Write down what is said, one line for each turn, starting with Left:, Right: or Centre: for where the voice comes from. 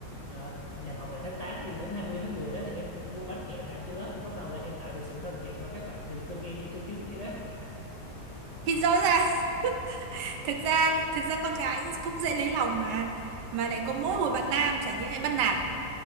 Left: ờ, nhập học là tháng 8 thì đến 20 tháng 10 đó thì em mua bánh kẹo tặng cho lớp thì bắt đầu là em tạo được sự thân thiện và các bạn thì cưng em như cưng trứng vậy đó
Right: thì rõ ràng <laughs> thực ra thực ra con gái cũng dễ lấy lòng mà mà lại có mỗi một bạn nam chả nhẽ lại bắt nạt